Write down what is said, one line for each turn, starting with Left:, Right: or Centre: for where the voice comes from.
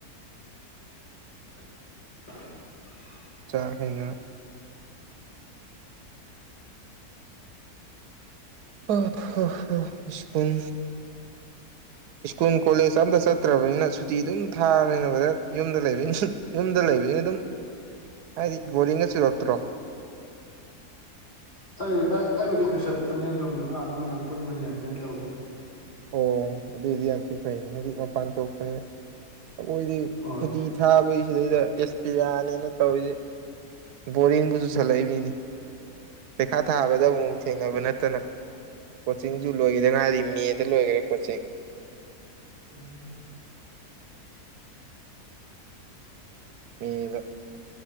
Left: <unintelligible>
Right: ꯉꯥꯈꯩꯅ ꯑ ꯍ ꯍ ꯎꯝ ꯁ꯭ꯀꯨꯜ ꯀꯣꯂꯦꯖ ꯑꯝꯇ ꯆꯠꯇ꯭ꯔꯕꯅꯤꯅ ꯁꯨꯇꯤ ꯑꯗꯨꯝ ꯊꯥꯕꯅꯤꯅ ꯌ ꯋꯥꯔ ꯌꯨꯝꯗ ꯂꯩꯕꯅꯤꯅ ꯁ ꯌꯨꯝꯗ ꯂꯩꯕꯅꯤꯅ ꯗꯨꯝ ꯍꯥꯏꯗꯤ ꯕꯣꯔꯤꯡ ꯇꯨꯔꯛꯇꯔꯣ
Left: ꯑꯩ ꯑꯥ ꯑꯩꯕꯨꯗꯤ ꯑꯣꯐꯤꯁ ꯆꯠꯄꯅꯤꯅ ꯗꯨꯝ ꯑꯥꯗ ꯃꯌꯥꯝ ꯄꯨꯟꯕꯅꯤꯅ ꯀꯩꯝ ꯇꯧꯗꯦ
Right: ꯑꯣ ꯑꯗꯨꯏꯗꯤ ꯌꯥꯝ ꯊꯤ ꯐꯩꯅꯦ ꯍꯥꯏꯗꯤ ꯃꯄꯥꯟ ꯊꯣꯛꯄꯅꯤꯅ ꯑꯈꯣꯏꯗꯤ
Left: ꯍꯣꯏ
Right: ꯁꯨꯇꯤ ꯊꯥꯕꯒꯤ ꯁꯤꯗꯩꯗ ꯑꯦꯁꯄꯤꯌꯥꯅꯤꯅ ꯇꯧꯔꯤꯖꯤ ꯕꯣꯔꯤꯡꯕꯨ ꯆꯨꯁꯜꯂꯛꯏꯝꯅꯤꯅꯤ ꯄꯩꯈꯥ ꯊꯥꯕꯗ ꯑꯃꯨꯛ ꯊꯦꯡꯅꯕ ꯅꯠꯇꯅ ꯀꯣꯆꯤꯡꯖꯨ ꯂꯣꯏꯒꯤꯗ ꯉꯥꯏꯔꯤ ꯃꯦꯠ ꯂꯣꯏꯒꯔꯦ ꯀꯣꯆꯤꯡ
Left: ꯎꯝ
Right: ꯃꯦꯗ